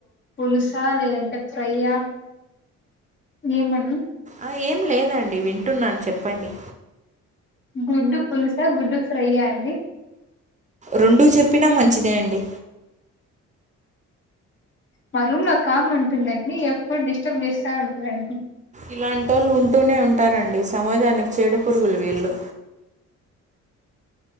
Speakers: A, on the left (about 40°); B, on the right (about 25°).
A: పులుసు చ లేదంటే ఫ్రైయా ఏమడి
B: ఆ ఏం లేదండి వింటున్నాను చెప్పండి
A: గుడ్డు పులుసా గుడ్డు ఫ్రైయండి
B: రెండడు చెప్పినా మంచిదే అండి
A: మా రూమ్ నా కామ్ ఉంటుందండి ఎప్పుడు డిస్టర్బ్ చేస్తా ఉంటారంండి
B: ఇలాంటోళ్ళు ఉంటూనే ఉంటారండి సమాజానికి చేడ పురుగులు వీళ్ళు